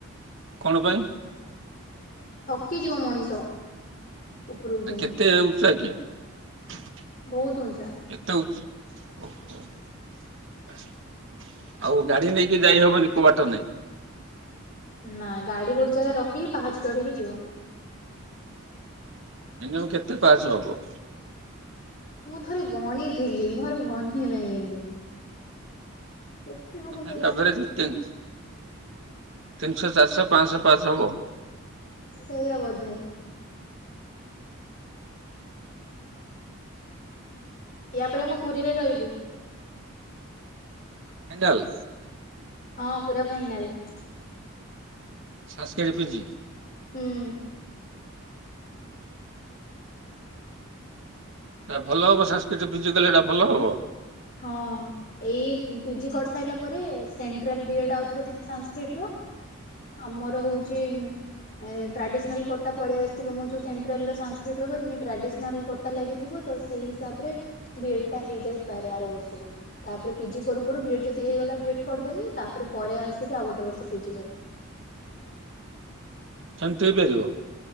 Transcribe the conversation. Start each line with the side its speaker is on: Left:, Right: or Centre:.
Right: କଣ ପାଇଁ?
Left: କି ଯିବ ମଣିଷ। ଉପରକୁ
Right: ଆଉ
Left: ଯାଇକି
Right: କେତେ ଉଚ୍ଚା କି? କେତେ
Left: ବହୁତ ଉଞ୍ଚା
Right: ଉଚ୍ଚ୍ ଓହୋଃ। ଆଉ ଗାଡି ନେଇକି ଯାଇ ହବନି କୋଉ ବାଟ ନାଇଁ?
Left: ନା ଗାଡି ଗୋଟେ ଜାଗାରେ ରଖିକି ପାହାଚ ଚଢିକି ଯିବ।
Right: ମିନିୟମ୍ କେତେ ପାହାଚ ହବ?
Left: ମୁଁ ଥରେ ଗଣିଥିଲି ମୋର ମନେ ନାହିଁ କିନ୍ତୁ। କେତେ ହବ
Right: ତଥାପି
Left: କେଜାଣି?
Right: ଆଭରେଜ୍ ତିନ୍, ତିନିଶହ ଚାରିଶହ ପାଁଶହ? ପାହାଚ ହବ?
Left: ସେଇଆ ବୋଧେ। ୟା ପରେ ମୁଁ ପୁରୀରେ ରହିବି।
Right: ଫାଇନାଲ୍?
Left: ହଁ ପୁରା ଫାଇନାଲ୍।
Right: Sanskrit PG?
Left: ହୁଁ।
Right: ଏଟା ଭଲ ହବ ସାନସ୍କ୍ରିଟରେ ପିଜି କଲେ ଏଟା ଭଲ ହବ?
Left: ହଁ, ଏଇ ପିଜି କରିସାଇଲା ପରେ ସେଣ୍ଟ୍ରାଲ ବିଏଡ୍ ଆଉଥରେ ଦେମି ସାନସ୍କ୍ରିଟର। ଆମର ହଉଛି ଉମ୍ ଏ ଟ୍ରାଡିସନାଲ୍ କୋଟା ପଳେଇ ଆସିଥିବ ମୁଁ ଯୋଉ ସେଣ୍ଟ୍ରାଲର ସାନସ୍କ୍ରିଟର କରିମି ଟ୍ରାଡିସନାଲ୍ କୋଟା ଲାଗିଥିବ ତ ସେଇ ହିସାବରେ ବିଏଡ୍ ଟା ହେଇଯାଇ ପାରେ ଆର ବର୍ଷକୁ ତାପରେ ପିଜି କରୁ କରୁ ବିଏଡ୍ ଯଦି ହେଇଗଲା ବିଏଡ୍ କରିଦେମି ତାପରେ ପରେ ଆସିକି ଆଉ ଗୋଟେ ବର୍ଷ ପିଜି କରିମି।
Right: ସେମିତି ହେଇପାରିବ?